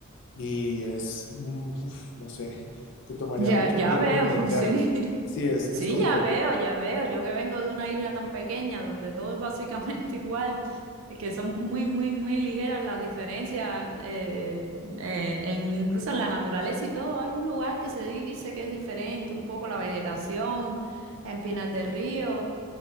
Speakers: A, on the left; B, on the right.
A: y es, mm, uf, no sé, <laughs> te tomaría
B: Ya,
A: mucho
B: ya
A: tiempo
B: veo,
A: entenderlo.
B: <laughs> sí.
A: Sí, es, es
B: Sí,
A: complejo.
B: ya veo, ya veo. Yo que vengo de una isla tan pequeña donde todo es básicamente <laughs> igual, eh, que son muy, muy, muy ligeras las diferencias, eh, eh, en, incluso en la naturaleza y todo. Hay un lugar que se dice que es diferente, un poco la vegetación en Pinar del Río